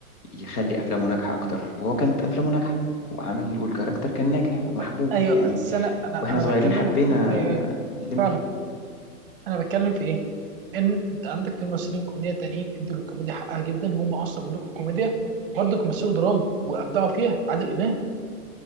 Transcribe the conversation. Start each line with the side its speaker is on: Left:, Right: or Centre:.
Left: يخلي أفلامه ناجحة أكتر وهو كانت أفلامه ناجحة وعامل والكاركتر كان ناجح
Right: ب-
Left: ومحبوب
Right: ايوه
Left: يعني
Right: بس انا انا
Left: وإحنا
Right: انا
Left: صغيرين
Right: بتكلم
Left: حبينا
Right: ايوه ايوه
Left: الليمبي
Right: فعلا انا بتكلم في ايه ان انت عندك في ممثلين كوميديا تانيين ادوا للكوميديا حقها جدا هم اصلا ملوك الكوميديا برضه مثلوا دراما وابدعوا فيها عادل امام